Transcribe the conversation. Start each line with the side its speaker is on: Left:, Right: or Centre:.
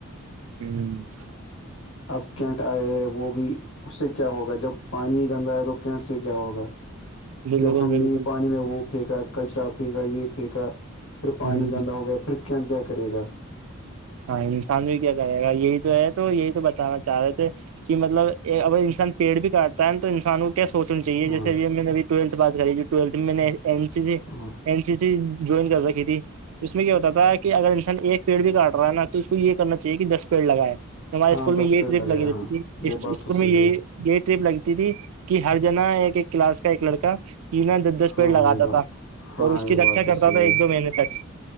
Right: ہوں <unintelligible>
Left: اب کینٹ آئے ہے وہ بھی اس سے کیا ہوگا جب پانی گندا ہے تو کینٹ سے کیا ہوگا
Right: بالکل
Left: جب ہم
Right: بالکل
Left: نے پانی میں وہ پھینکا کچرا پھینکا یہ پھینکا پھر پانی
Right: ہ
Left: گندا ہو گیا پھر کین کیا کرے گا
Right: ہاں انسان بھی کیا کرے گا یہی تو ہے تو یہی تو بتانا چاہ رہے تھے کہ مطلب اگر انسان پیڑ بھی کاٹتا ہے تو انسانوں سونا چاہیے
Left: ہاں
Right: جیسےب میں نے ابھی ٹیلتھ بات کری جوی ٹویلت میں نے ا س جی
Left: ہاں
Right: این سی جوائن کر رکھی تھی تو اس میں کیا ہوتا تھا کہ اگر انسان ایک پیڑ بھی کاٹ رہناا تو اس کو یہ کرنا چاہی کہ دس پیڑ لگائیں ہمارے
Left: ہاں
Right: اسکول میں
Left: دس
Right: یہی
Left: پیڑ
Right: ٹرپ
Left: لگایا
Right: لگی رہتی
Left: ہاں
Right: تھی
Left: یہ بات
Right: اسکول
Left: تو
Right: میں
Left: صحیح
Right: یہی
Left: ہے
Right: <unintelligible> یہ ٹرپ لگتی تھی کہ ہر جنا ایک ایک کلاس کا ایک لڑکا <unintelligible> اسکینا دس دس پیڑ
Left: ہاں
Right: لگاتا
Left: یہ بات
Right: تھا
Left: ہاں
Right: اور اس
Left: یہ
Right: کی رکھا
Left: بات تو
Right: کرتا
Left: صحیح
Right: تھا ایک
Left: ہے
Right: دو مہینے تک